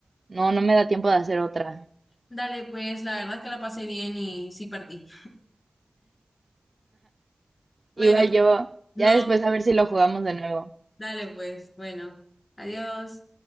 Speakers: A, on the right; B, on the left.
A: no, no me da tiempo de hacer otra.
B: Dale, pues la verdad es que la pasé bien y sí partí. Bueno,
A: Igual yo.
B: no.
A: Ya después a ver si lo jugamos de nuevo.
B: Dale pues, bueno, adiós.